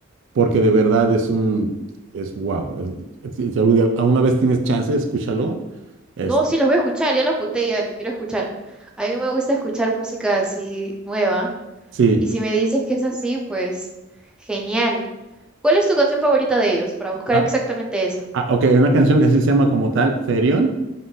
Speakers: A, on the right; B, in the centre.
A: porque de verdad es un, es wow. es- si si algún día- alguna vez tienes chance, escúchalo. Este,
B: No, sí, los voy a escuchar, ya lo apunté, ya lo quiero escuchar. A mí me gusta escuchar música así nueva,
A: sí.
B: y si me dices que es así, pues genial. ¿Cuál es tu canción favorita de ellos para buscar
A: Ah,
B: exactamente esa?
A: Ah, ok, hay una canción que así se llama como tal, Therion.